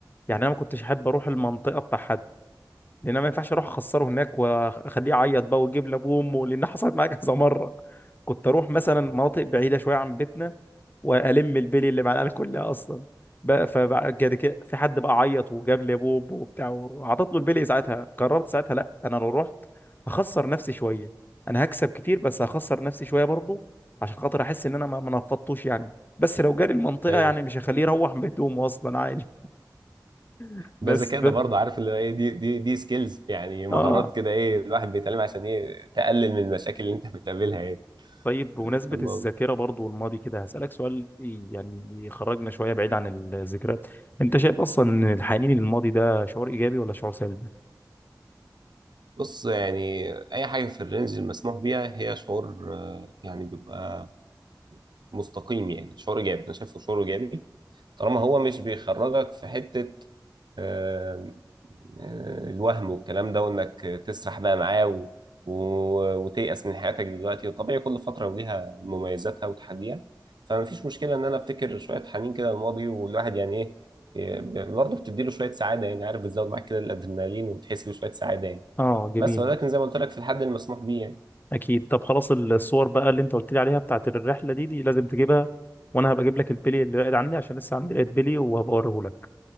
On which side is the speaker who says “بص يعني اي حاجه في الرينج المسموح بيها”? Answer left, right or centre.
Right